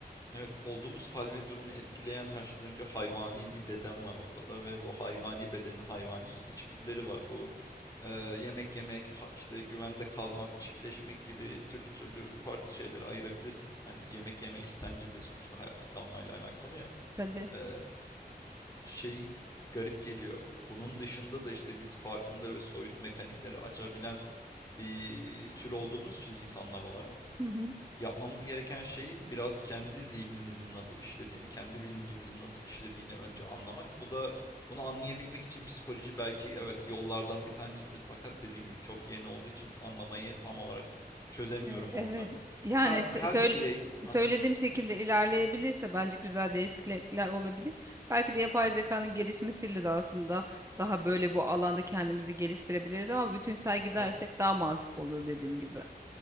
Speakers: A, on the left (about 20°); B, on the right (about 20°).
A: Evet, olduğumuz hal ve durumu etkileyen her şeyden önce hayvani bir beden var ortada ve bu hayvani bedenin hayvani içgüdüleri var. Bu e, yemek yemek, ha- işte güvende kalmak, çiftleşmek gibi türlü türlü farklı şeyleri ayırabilirsin. Hani yemek yeme istenci de sonuçta hayatta kalmayla alakalı ya.
B: Tabii.
A: E, şey garip geliyor. Bunun dışında da işte biz farkında ve soyut mekanikleri açabilen bir tür olduğumuz için insanlar olarak.
B: Hı hı.
A: Yapmamız gereken şeyin biraz kendi zihnimizin nasıl işlediğini, kendi bilincimizin nasıl işlediğini önce anlamak. Bu da bunu anlayabilmek için psikoloji belki evet yollardan bir tanesidir. Fakat dediğim gibi çok yeni olduğu için anlamayı tam olarak çözemiyorum
B: E,
A: orada.
B: Evet. Yani
A: Her
B: sö-
A: her
B: söyle-
A: bir birey, ha
B: söylediğim şekilde ilerleyebilirse bence güzel değişiklikler olabilir. Belki de yapay zekanın gelişmesiyle de aslında daha böyle bu alanda kendimizi geliştirebiliriz ama bütünsel gidersek
A: tabii ki.
B: daha mantıklı olur dediğim gibi.